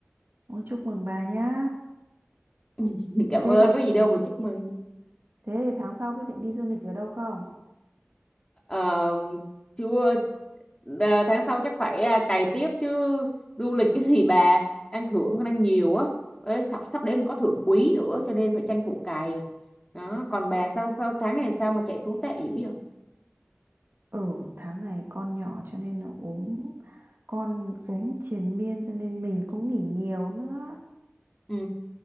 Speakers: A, on the right; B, on the left.
A: ôi chúc mừng bà nhá
B: <laughs> cảm
A: thế
B: ơn
A: tháng
B: có gì đâu mà chúc mừng
A: thế thì tháng sau quyết định đi du lịch ở đâu không
B: Ờ, chưa à, tháng sau chắc phải à, cày tiếp chứ du lịch cái gì bà đang thưởng còn đang nhiều á Đấy, sắp sắp đến có thưởng quý nữa cho nên phải tranh thủ cày đó còn bà sao sao tháng này sao mà chạy số tệ dữ vậy
A: ừ tháng này con nhỏ cho nên nó ốm con ốm triền miên cho nên mình cũng nghỉ nhiều nữa
B: Ừ,